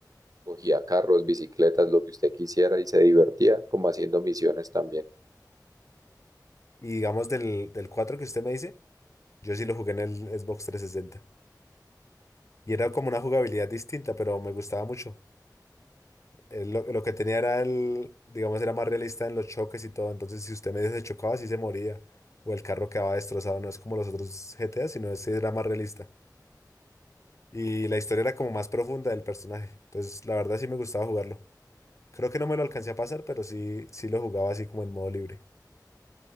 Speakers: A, on the right; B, on the left.
A: Cogía carros, bicicletas, lo que usted quisiera y se divertía como haciendo misiones también.
B: Y digamos del, del 4 que usted me dice, yo sí lo jugué en el Xbox trescientos sesenta. Y era como una jugabilidad distinta, pero me gustaba mucho. eh, lo, lo que tenía era el, digamos, era más realista en los choques y todo. Entonces, si usted medio se chocaba, sí se moría. O el carro quedaba destrozado. No es como los otros G T A sino ese era más realista. Y la historia era como más profunda del personaje. Entonces, la verdad sí me gustaba jugarlo. Creo que no me lo alcancé a pasar, pero sí, sí lo jugaba así como en modo libre.